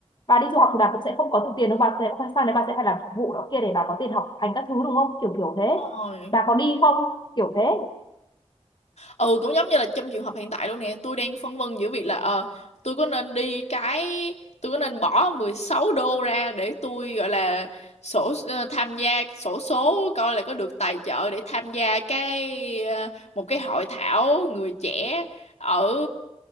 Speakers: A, on the left; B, on the left.
A: bà đi du học thì bà cũng sẽ không có được tiền đâu bà sẽ sang đấy bà sẽ phải làm phục vụ đó kia để bà có tiền học hành các thứ đúng không kiểu kiểu thế
B: Đúng rồi
A: bà có đi không kiểu thế
B: ừ cũng giống như là trong trường hợp hiện tại luôn nè tôi đang phân vân giữa việc là ờ tôi có nên đi cái tôi có nên bỏ 16 đô ra để tôi gọi là sổ ờ, tham gia sổ số coi là có được tài trợ để tham gia cái ờ, một cái hội thảo người trẻ ở